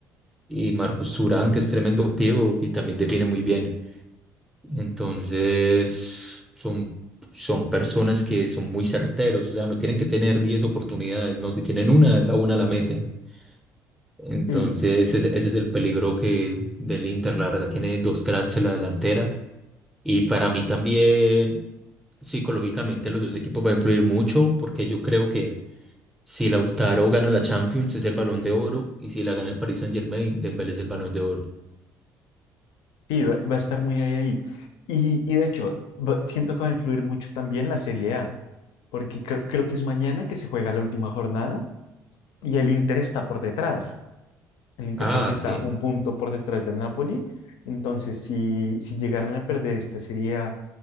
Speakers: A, in the centre; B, on the left.
A: y Marcos Thuram, que es tremendo pivo y también define muy bien. Entonces, son, son personas que son muy certeros, o sea, no tienen que tener 10 oportunidades, no, si tienen una, esa una la meten. Entonces,
B: Sí,
A: ese, ese es el peligro que del Inter, la verdad, tiene dos cracks en la delantera Y para mí también, psicológicamente, los dos equipos van a influir mucho porque yo creo que si Lautaro gana la Champions es el Balón de Oro y si la gana el Paris Saint-Germain, Dembélé es el Balón de Oro.
B: Sí, va, va a estar muy ahí, ahí. Y, y de hecho, va- siento que va a influir mucho también la Serie A, porque cre- creo que es mañana que se juega la última jornada y el Inter está por detrás. El Inter
A: Ah,
B: creo que está
A: sí.
B: un punto por detrás del Napoli. Entonces, si, si llegaran a perder esta Serie A,